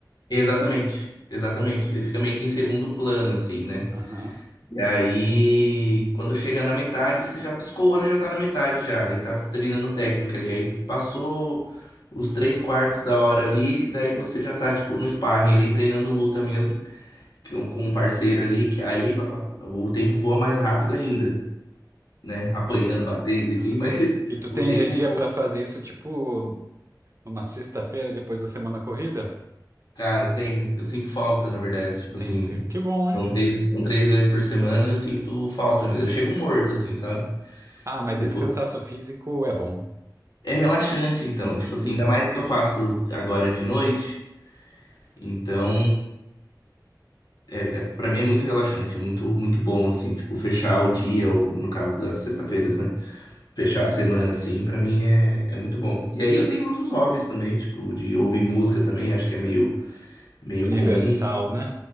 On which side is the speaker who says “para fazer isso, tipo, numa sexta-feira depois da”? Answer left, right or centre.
Right